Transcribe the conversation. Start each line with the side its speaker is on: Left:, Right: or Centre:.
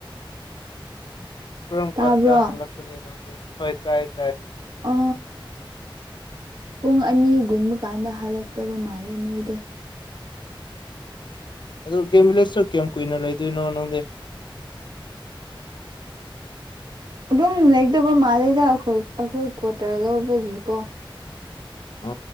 Left: ꯀꯔꯝ
Right: ꯇꯥꯕ꯭ꯔꯣ
Left: ꯀꯥꯟꯗ ꯍꯜꯂꯛꯀꯅꯤ ꯅꯪꯗꯤ ꯍꯣꯏ ꯇꯥꯏꯌꯦ ꯇꯥꯏꯌꯦ
Right: ꯑ ꯄꯨꯡ ꯑꯅꯤꯒꯨꯝꯕ ꯀꯥꯟꯗ ꯍꯜꯂꯛꯇꯕ ꯃꯥꯜꯂꯦ ꯃꯣꯏꯗꯣ
Left: ꯑꯗꯨ ꯒꯦꯝꯕꯤꯂꯦꯁꯇ ꯀꯌꯥꯝ ꯀꯨꯏꯅ ꯂꯩꯗꯣꯏꯅꯣ ꯅꯪꯗꯤ
Right: ꯑꯗꯨꯝ ꯂꯩꯗꯣꯕ ꯃꯥꯜꯂꯤꯗ ꯑꯈꯣꯏ ꯑꯈꯣꯏ ꯀ꯭ꯋꯥꯇꯔ ꯂꯧꯕꯒꯤꯀꯣ
Left: ꯑ